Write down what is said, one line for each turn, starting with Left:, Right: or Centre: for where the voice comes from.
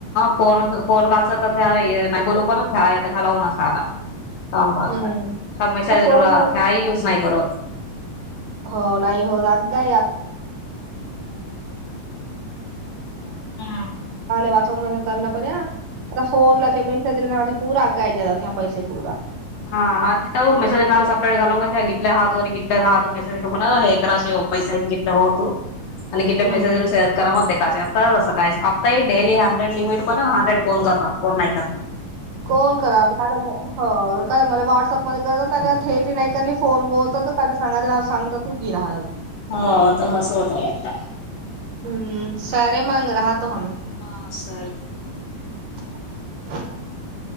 Left: फोन फोन कालच आता नाही बोलू पण. ाय आता घालावून आतान पावसात
Right: हम्म
Left: मैसा
Right: आता फोन नाही
Left: <unintelligible> युज नाही करत.
Right: <unintelligible> ता वाचवा रा
Left: करत
Right: वा कर पण आता फोनला मेसेज <unintelligible> पूरा गाय जात त्या पैसे पूरा.
Left: हा आ मेसेजला सपेट <unintelligible> नहोतु <unintelligible> <unintelligible>
Right: हम्म काॅल करा <unintelligible> हो काय मला व्हॉट्सअपमध्येध्ये करतात नाही थेटली नाही करली फोन बोलतो काय सांगा सांगत तू गि राह.
Left: हो त हस होत.
Right: हम्म, सरे मग रहा तो हम.
Left: ह असाय.
Right: <inaudible>